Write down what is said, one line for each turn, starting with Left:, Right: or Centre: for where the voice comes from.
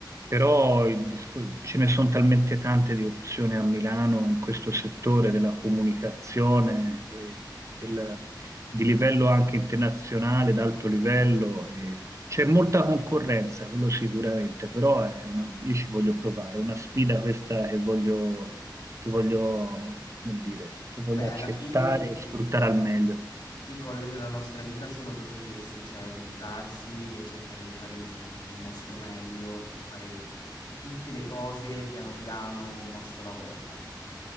Right: Però il discor- ce ne sono talmente tante di opzioni a Milano in questo settore della comunicazione, e del- di livello anche internazionale, d'alto livello. e c'è molta concorrenza, quello sicuramente, però è una- io ci voglio provare, è una sfida questa che voglio, che voglio, come dire, che voglio
Left: Beh, alla
Right: accettare
Left: fine i,
Right: e sfruttare al meglio.
Left: i goal della nostra vita sono proprio questi, cioè buttarsi e cercare di fare il il nostro meglio e fare tutte le cose piano piano, un passo alla volta.